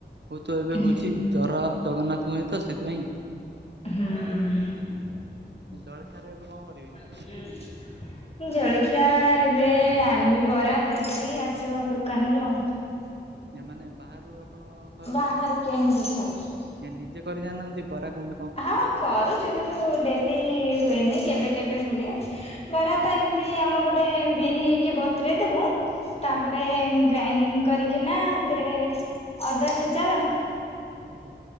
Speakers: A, on the right; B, on the left.
A: ବୋଧେ
B: ହୁଁ।
A: ହଉଛି ଜର ଜଗନ୍ନାଥ ହୁଏ ତ ସେଥିପାଇଁ
B: ହୁଁ
A: ଜଳଖିଆରେ ଏବେ କଣ କରିବେ?
B: ହୁଁ। ମୁଁ ଜଳଖିଆ ଏବେ ଆଣିବି ବରା ତରକାରୀ ଆସିବ ଆ ଦୋକାନରୁ ଆଉ।
A: ଏ ମାନେ ବାହାରୁ ଆପଣ କରନ୍ତି?
B: ବାହାରୁ କିଣିକି ଖାଉଚୁ।
A: ନିଜେ କରି ଜାଣିନାହାନ୍ତି ବରା କୁ
B: ହଁ କରୁଛୁ କିନ୍ତୁ ଡେଲି ହୁଏନି କେବେ କେବେ ହୁଏ। ବରା
A: ଆଜ୍ଞା
B: ତ ଏମିତି ଆମେ ପଟେ ବିରି କି ବତ୍ରୁ ଦେବୁ ତାପରେ
A: ଆଜ୍ଞା
B: ଗ୍ରାଇଡିଙ୍ଗ କରିକିନା ଏଥିରେ ଅଦା ଛେଚା
A: ଆଜ୍ଞା।